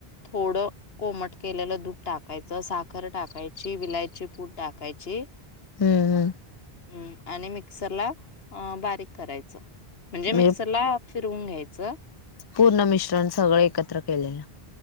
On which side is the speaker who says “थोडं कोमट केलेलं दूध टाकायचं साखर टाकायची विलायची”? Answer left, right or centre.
Left